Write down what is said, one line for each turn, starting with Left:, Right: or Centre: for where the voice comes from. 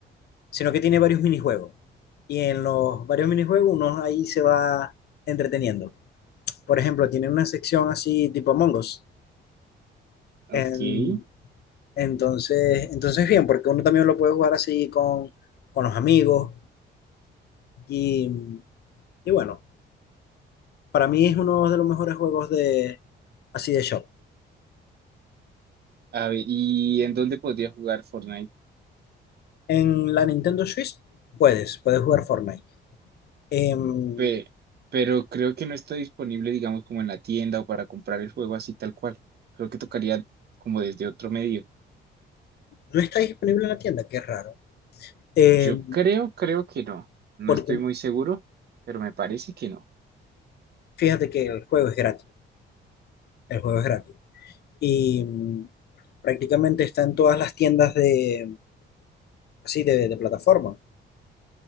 Left: sino que tiene varios minijuegos. Y en los varios minijuegos uno ahí se va entreteniendo. Por ejemplo, tiene una sección así tipo Among Us.
Right: Ok.
Left: En- entonces, entonces bien, porque uno también lo puede jugar así con, con los amigos. Y, y bueno, para mí es uno de los mejores juegos de, así de shop.
Right: A ver, ¿y en dónde podría jugar Fortnite?
Left: En la Nintendo Switch puedes, puedes jugar Fortnite. Em,
Right: Pe- pero creo que no está disponible, digamos, como en la tienda o para comprar el juego así tal cual. Creo que tocaría como desde otro medio.
Left: no está disponible en la tienda, qué raro. Em,
Right: Yo creo, creo que no. No
Left: porque
Right: estoy muy seguro, pero me parece que no.
Left: fíjate que el juego es gratis. El juego es gratis. y mm, prácticamente está en todas las tiendas de, así, de, de plataforma,